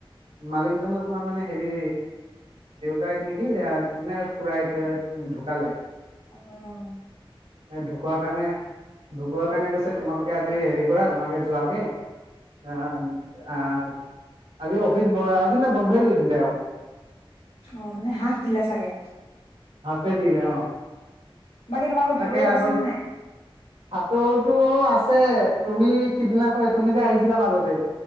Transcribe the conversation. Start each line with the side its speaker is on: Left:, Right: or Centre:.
Right: মালিকজনক তোমাৰ মানে হেৰি দেউতাইক নেকি খুৰাই ঢুকালে
Left: উম
Right: এই ঢুকোৱাৰ কাৰণে ঢুকোৱাৰ কাৰণে কৈছে তোমালোক জ হেৰি কৰা তোমাকে যোৱাকে আহ আজি অফিচ আজি ন বন্ধই কৰি দিলে আৰু
Left: অ মানে হাফ দিলে চাগে
Right: হাফে দিল অ
Left: বাকী তোমালোকৰ
Right: তাকে
Left: ভাতৰতো
Right: আকৌ
Left: আছে নে নাই
Right: ভাটৌতো আছে। তুমি সিদিনাখন তুমি যে, আহিছিলা মাজতে